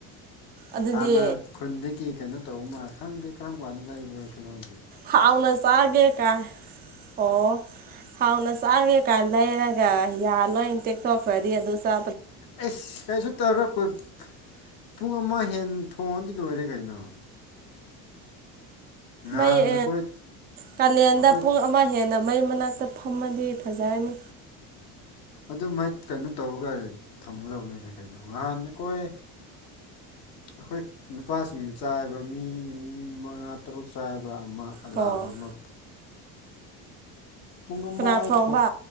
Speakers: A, on the left; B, on the right.
A: <unintelligible>
B: ꯑꯗꯨꯗꯤ
A: <inaudible> ꯍꯥꯟꯅ ꯈꯨꯟꯗꯒꯤ ꯀꯩꯅꯣ ꯇꯧꯕ ꯃꯥꯜ ꯈꯪꯗꯦ ꯀꯔꯝ ꯀꯥꯟꯗ ꯂꯩꯕ꯭ꯔꯣꯏ ꯁꯂꯣꯝꯗꯦ
B: ꯍꯥꯎꯥꯎꯅ ꯆꯥꯒꯦ ꯀꯥ ꯑꯣ ꯍꯥꯎꯅ ꯆꯥꯒꯦ ꯀꯥꯏꯅ ꯂꯩꯔꯒ ꯌꯥꯜ ꯂꯣꯏꯅ ꯇꯦꯛꯊꯣꯛꯈ꯭ꯔꯗꯤ ꯑꯗꯨ ꯆ
A: ꯑꯩꯁ ꯀꯩꯁꯨ ꯇꯧꯔ ꯀꯣꯏ ꯄꯨꯡ ꯑꯃ ꯍꯦꯟ ꯊꯣꯡꯉꯗꯤ ꯂꯣꯏꯔꯦ ꯀꯩꯅꯣ ꯉꯍꯥꯟ
B: ꯩ
A: ꯑꯩꯈꯣꯏ
B: ꯀꯥꯂꯦꯟꯗ
A: ꯑꯩꯈꯣꯏ
B: ꯄꯨꯡ ꯑꯃ ꯍꯦꯕ ꯃꯩ ꯃꯅꯥꯛꯇ ꯐꯝꯃꯗꯤ ꯐꯖꯔꯅꯤ
A: ꯑꯗꯨ ꯃꯥꯏ ꯀꯩꯅꯣ ꯇꯧꯔꯒ ꯊꯝꯃꯗꯕꯅꯤꯅꯦ ꯀꯩꯅꯣ ꯅꯍꯥꯟ ꯑꯩꯈꯣꯏ ꯑꯩꯈꯣꯏ ꯅꯨꯄꯥꯁꯤꯡ ꯆꯥꯏꯕ ꯃꯤ ꯃꯉꯥ ꯇꯔꯨꯛ ꯆꯥꯏꯕ ꯑꯃ ꯑꯂꯥꯕ
B: ꯀꯣ
A: ꯑꯃ ꯄꯨꯡ ꯑꯃ
B: ꯀꯅꯥ
A: ꯑꯩ
B: ꯊꯣꯡꯕ